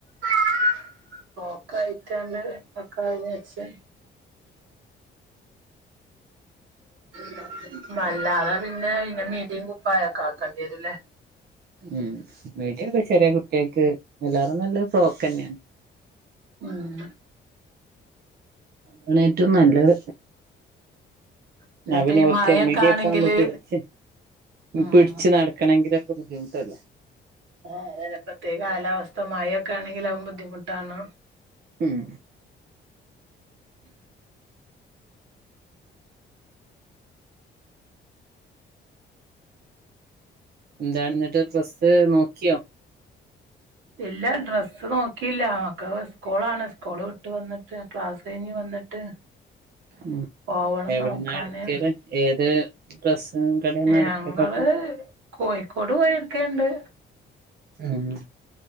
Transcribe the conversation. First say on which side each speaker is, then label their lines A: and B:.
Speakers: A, on the right; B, on the right.
A: <inaudible> ഫ്രോക്കായിട്ടാണ്ട് മക്കള് <inaudible>
B: <unintelligible>
A: <inaudible> അല്ലാതെ പിന്നെ ഇങ്ങനെ മിടീം കുപ്പായക്കേ ആക്കോണ്ടിവരുല്ലേ
B: ഉം മിടിയെക്കെ ചെറിയ കുട്ട്യോക്ക് അയ്ലേറെ നല്ലത് ഫ്രോക്കന്നെ ആണ്
A: ഉം
B: അതാണ് ഏറ്റവും നല്ലത്
A: പിന്നെപ്പ
B: ന്നാ പിന്നെ
A: ഈ
B: ഒൽക്ക്
A: മഴൊക്കെ
B: മിടിയെക്കെ
A: ആണെങ്കില്
B: ആകുമ്പോ പിടിച്ച്
A: ഉം
B: പിടിച്ച് നടക്കണങ്കിലൊക്കെ ബുദ്ധിമുട്ടല്ലേ
A: ആഹ് ഇപ്പത്തെ കാലാവസ്ഥ മഴക്കെ ആണങ്കിൽ അതും ബുദ്ധിമുട്ടാണ്
B: ഉം
A: <unintelligible>
B: എന്താന്നിട്ട് ഡ്രസ്സ് നോക്ക്യോ
A: ഇല്ലാ ഡ്രസ്സ് നോക്കിയില്ല മക്കൾ സ്കൂളാണ് സ്കൂള് വിട്ട് വന്നിട്ട് ക്ലാസ് കഴിഞ്ഞ് വന്ന് ട്ട്
B: ഉം
A: പോവണം
B: എവിടുന്നാ
A: നോക്കാന്
B: എടുക്കല് ഏത് ഡ്രസ്സ് കടെന്നാ
A: ഞങ്ങള്
B: എടുക്കൽ ഒക്കെ
A: കോഴിക്കോട് പോയിട്ക്കേണ്ട്
B: ഉം